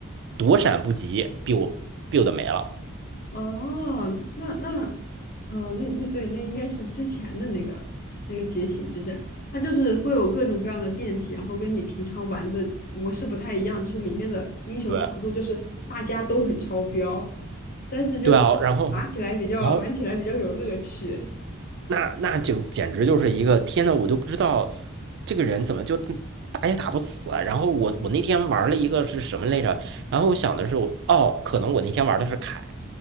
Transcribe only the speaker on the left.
哦，那那哦，那那对，那应该是之前的那个那个觉醒之战，它就是会有各种各样的变体，然后跟你平常玩的模式不太一样，就是里面的英雄强度就是大家都很超标，
但是就是打起来比较玩起来比较有乐趣